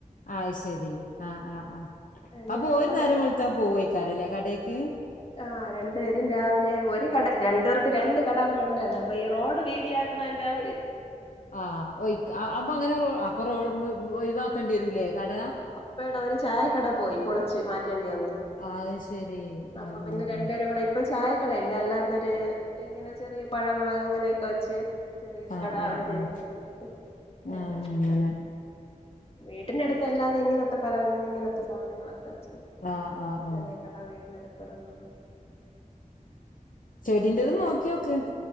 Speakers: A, on the left; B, on the left.
A: ആയ്ശരി ആഹ് ആഹ്
B: എന്റെ
A: അപ്പൊ
B: പപ്പ
A: ഒരു നേരം
B: നേരത്തെ
A: വേളുത്താ പോവേക്കാരല്ലേ കടക്ക്
B: അഹ് രണ്ടു പേരും രാവിലെ ഒരു കട രണ്ടർ രണ്ട് കട അവിടെ ഉണ്ടാന്ന് അപ്പൊ ഈ റോഡ് വീതിയക്കണന്റെ അ ഒര്
A: ആഹ് ഒയ്ക്ക അ അപ്പൊ അങ്ങനെ അപ്പൊ റൊ ഒഴിവാക്കേണ്ടി വരൂലേ കട
B: <unintelligible> ഒരു ചായക്കട പോയി പൊളിച്ച് മാറ്റേണ്ടി വന്നു
A: അയ് ശെരി
B: അപ്പൊ
A: ആഹ്
B: പിന്നെ
A: ആഹ്
B: രണ്ടുപേരും കൂടെ ഇപ്പൊ ചായകട ഇല്ല അല്ലാത്തൊര് ഇങ്ങനെ ചെറിയ പഴങ്ങള് അങ്ങനെയൊക്കെ വെച്ച് ചെറിയൊരു
A: ആഹ്
B: കട
A: ആഹ്
B: അവിടെ ജൻ
A: ആഹ്
B: <unintelligible>
A: ആഹ്
B: ഉണ്ട്
A: അങ്ങനെ
B: വീട്ടിന്റെടുത്ത് അല്ലാതെ ഇങ്ങനത്തെ പലവെഞ്ചന ഇങ്ങനത്തെ സാധനങ്ങളൊക്കെ വെച്ച്
A: ആഹ് ആഹ്
B: ചെറിയ
A: ആഹ്
B: കട വീടിന് അടുത്തോരണം ഉണ്ട്
A: ചെടിന്റെതും
B: പിന്നെ
A: നോക്കിയൊക്ക്‌
B: ഇട